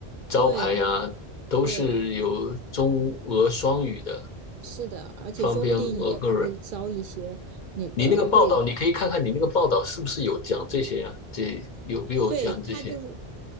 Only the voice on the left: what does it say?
招牌呀，
都是有中俄双语的，
方便俄国人。你那个报道，你可以看看你那个报道是不是有讲这些呀？这有没有讲这些？